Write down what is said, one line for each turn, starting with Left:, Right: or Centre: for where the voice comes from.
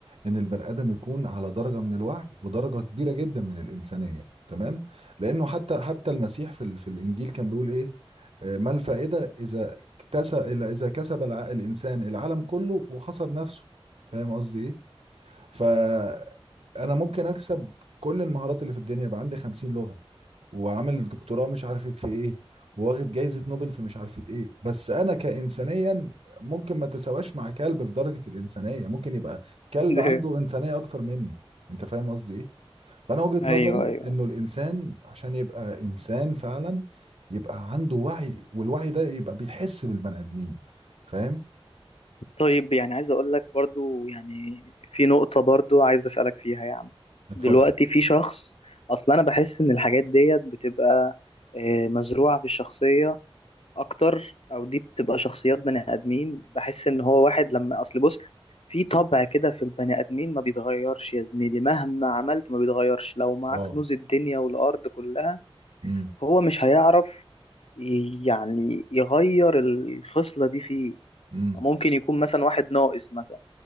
Right: ان البني ادم يكون على درجة من الوعي ودرجة كبيرة جدا من الانسانية تمام لانه حتى حتى المسيح في ال- في الانجيل كان بيقول ايه آه، ما الفائدة اذا اكتسب اذا كسب الع- الانسان العالم كله وخسر نفسه فاهم قصدي ايه فانا ممكن اكسب كل المهارات اللي في الدنيا يبقى عندي 50 لغة وعامل دكتوراه مش عارفة في ايه وواخد جايزة نوبل في مش عارفة ايه بس انا كإنسانيا ممكن ما تساواش مع كلب في درجة الإنسانية ممكن يبقى كلب
Left: <laughs>
Right: عنده إنسانية أكتر مني انت فاهم قصدي ايه فأنا وجهة
Left: ايوه
Right: نظري
Left: ايوه
Right: انه الإنسان عشان يبقى إنسان فعلا يبقى عنده وعي والوعي ده يبقى بيحس بالبني آدمين فاهم
Left: طيب يعني عايز اقول لك برضو يعني في نقطة برضو عايز اسألك فيها يا عم
Right: اتفضل
Left: دلوقتي في شخص اصلا انا بحس ان الحاجات ديت بتبقى آه، مزروعة في الشخصية اكتر او دي بتبقى شخصيات بني ادمين بحس ان هو واحد لما اصل بص في طبع كده في البني ادمين ما بيتغيرش يا زميلي مهما عملت ما بيتغيرش لو معاك
Right: اه
Left: كنوز الدنيا والارض كلها
Right: امم
Left: هو مش هيعرف ي- يعني يغير الخصلة دي فيه
Right: امم
Left: ممكن يكون مثلا واحد ناقص مثلا